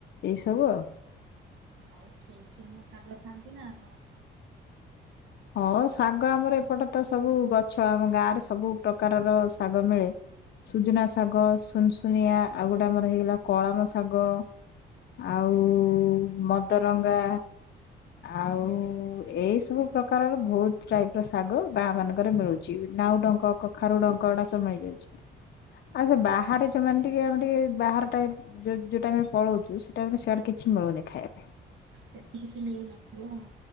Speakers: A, on the left; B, on the right.
A: ଏଇ ସବୁ ଆଉ।
B: ଆଉ ସୁନୁସୁନିଆ ଶାଗ ଖାଆନ୍ତି ନା ଆପଣ?
A: ହଁ ସାଙ୍ଗ ଆମର ଏପଟ ତ ସବୁ ଗଛ ଆମ ଗାଁ ରେ ସବୁ ପ୍ରକାରର ଶାଗ ମିଳେ। ସୁଜୁନା ଶାଗ, ସୁନୁସୁନିଆ ଆଉ ଗୋଟେ ଆମର ହେଇଗଲା କଳମ ଶାଗ ଆଉ ମଦରଙ୍ଗା ଆଉ ଏଇ ସବୁ ପ୍ରକାରର ବହୁତ ଟାଇପ ର ଶାଗ ଗାଁ ମାନଙ୍କରେ ମିଳୁଚି। ନାଉଡଙ୍କ କଖାରୁଡଙ୍କ ଏଡା ସବୁ ମିଳିଯା ଉଛି। ଆଉ ସେ ବାହାରେ ଯୋଉମାନେ ଟିକେ ଆମେ ଟିକେ ବାହାର ଟାଇପ୍ ଯୋଉ ଯୋଉ ଟାଇମ୍ ରେ ପଳଉଛୁ ସେ ଟାଇମ୍ ରେ ସେଆଡେ କିଛି ମିଳୁନି ଖାଇବା ପାଇଁ।
B: ସେଠି କିଛି ମିଳୁନଥିବ ଆଉ।